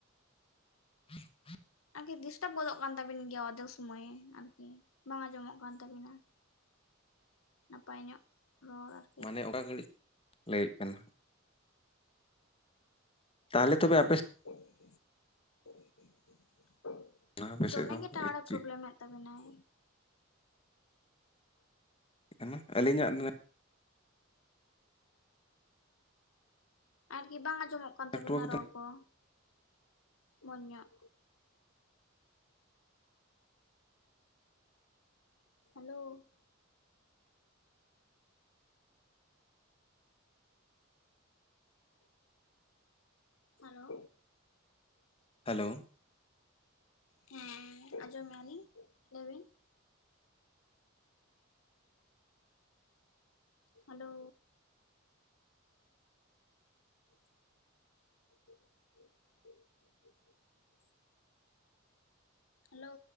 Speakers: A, on the left; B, on the left.
A: <unintelligible>
B: ᱟᱨᱠᱤ ᱰᱤᱥᱴᱟᱵ ᱜᱚᱫᱚᱜ ᱠᱟᱱ ᱛᱟᱵᱤᱱ ᱜᱮᱭᱟ ᱚᱨᱫᱷᱮᱠ ᱥᱩᱢᱟᱹᱭ ᱟᱨᱠᱤ, ᱵᱟᱝ ᱟᱸᱡᱚᱢᱚᱜ ᱠᱟᱱ ᱛᱟᱵᱤᱱᱟ᱾ ᱱᱟᱯᱟᱭ ᱧᱚᱜ ᱨᱚᱲ ᱟᱨ
A: ᱢᱟᱱᱮ ᱚᱠᱟ ᱜᱷᱟᱹᱲᱤᱡ ᱞᱟᱹᱭᱮᱜ ᱠᱟᱱᱟ? ᱛᱟᱦᱚᱞᱮ ᱛᱚᱵᱮ ᱟᱯᱮ
B: <unintelligible>
A: ᱟᱯᱮ ᱥᱮᱫ
B: ᱫᱚᱢᱮ
A: ᱫᱚ
B: ᱜᱮ ᱴᱟᱣᱟᱨᱮ
A: ᱪᱮᱫ
B: ᱯᱨᱚᱵᱞᱮᱢ ᱮᱫ᱾ ᱛᱟᱵᱤᱱᱟᱭ᱾
A: <unintelligible> ᱟᱹᱞᱤᱧᱟᱜ ᱱᱮᱴ <inaudible>
B: ᱟᱨᱠᱤ ᱵᱟᱝ ᱟᱸᱡᱚᱢᱚᱜ ᱠᱟᱱ
A: ᱱᱮᱴᱣᱟᱨᱠ
B: ᱛᱟᱵᱤᱱᱟ
A: ᱫᱚ
B: ᱨᱚᱲ ᱠᱚ ᱢᱚᱸᱡᱽ ᱧᱚᱜ᱾ ᱦᱮᱞᱳ ᱦᱮᱞᱳ
A: ᱦᱮᱞᱳ
B: ᱦᱮᱸ ᱟᱸᱡᱚᱢᱮᱜᱼᱟ ᱞᱤᱧ, ᱞᱟᱹᱭ ᱵᱤᱱ᱾
A: <unintelligible>
B: hello <unintelligible> Hello